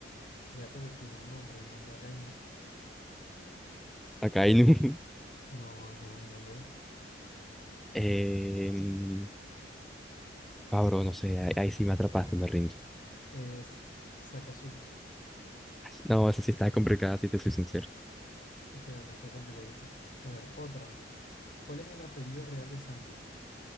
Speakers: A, on the left (about 45°); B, in the centre.
A: Ya, pero tiene un nombre, el nombre Akainu.
B: Acá hay un...
A: No, ese no es el nombre.
B: <laughs> em, Pablo, no sé, ahí, ahí sí me atrapaste, me rindo.
A: Es Sakazuki.
B: No, esa sí está complicada, si te soy sincero.
A: Es que la verdad está complicadita. A ver, otra. ¿Cuál es el apellido real de Sanji?